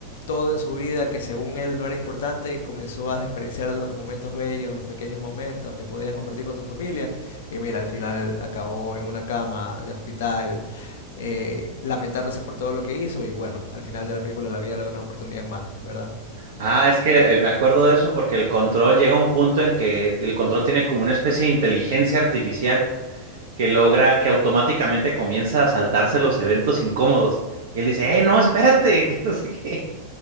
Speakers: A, on the left; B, on the right.
A: todo en su vida que según él no era importante, comenzó a despreciar los momentos bellos, los pequeños momentos que podías compartir con tu familia. Y mira, al final acabó en una cama de hospital, eh, lamentándose por todo lo que hizo y bueno, al final de la película la vida le da una oportunidad más, ¿verdad?
B: Ah, es que eh, me acuerdo de eso porque el control llega a un punto en que el control tiene como una especie de inteligencia artificial que logra que automáticamente comienza a saltarse los eventos incómodos. Y él dice, eh, no, espérate, <laughs> que no sé qué.